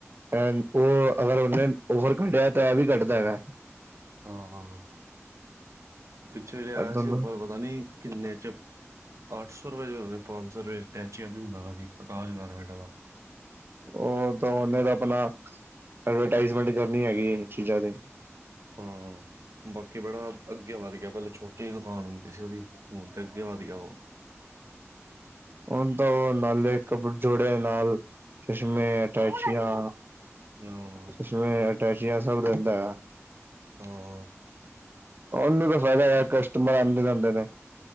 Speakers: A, on the right; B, on the right.
A: ਏ ਉਹ ਅਗਰ ਉਹਨੇ ਓਵਰ ਘੰਟਿਆ ਦਾ ਟਾਇਮ ਵੀ ਕੱਢਦਾ ਹੈਗਾ।
B: ਹਾਂ -ਹਾਂ, ਪਿੱਛੇ ਜਿਹਾ ਆਇਆ
A: ਦੋਨੋ
B: ਸੀ। ਓਫਰ ਪਤਾ ਨੀ ਕਿੰਨੇ ਚ- ਅੱਠ ਸੌ ਰੁਪਏ ਚ, ਉਹ ਪੰਜ ਸੌ ਰੁਪਏ ਅਟੈਚੀਆਂ ਵਾ ਸੀ ਪ੍ਰਕਾਸ਼ ਗਾਰਮੈਂਟ ਵਾਲਾ?
A: ਉਹ ਤਾਂ, ਉਹਨੇ ਤਾਂ ਆਪਣਾ ਐਡਵਰਟਾਈਜ਼ਮੈਂਟ ਕਰਨੀ ਹੈਗੀ ਚੀਜ਼ਾਂ ਦੀ
B: ਹਾਂ, ਬਾਕੀ ਬੜਾ ਅੱਗੇ ਵੱਧ ਗਿਆ, ਪਹਿਲੇ ਛੋਟੀ ਜਿਹੀ ਦੁਕਾਨ ਹੁੰਦੀ ਸੀ, ਉਹਦੀ ਹੁਣ ਤਾਂ, ਅੱਗੇ ਵੱਧ ਗਿਆ ਹੋਰ।
A: ਹੁਣ ਤਾਂ, ਉਹ ਲਾ ਲਏ ਜੋੜੇ ਨਾਲ ਚਸ਼ਮੇ, ਅਟੈਚੀਆਂ
B: ਹਾਂ
A: ਚਸ਼ਮੇ, ਅਟੈਚੀਆਂ ਸਭ ਰੱਖਦਾ ਹੈ।
B: ਹਾਂ।
A: ਉਹਨੂੰ ਤਾਂ ਫ਼ਾਇਦਾ ਹੈ, ਕਸਟਮਰ ਆਉੰਦੇ ਰਹਿੰਦੇ ਨੇ।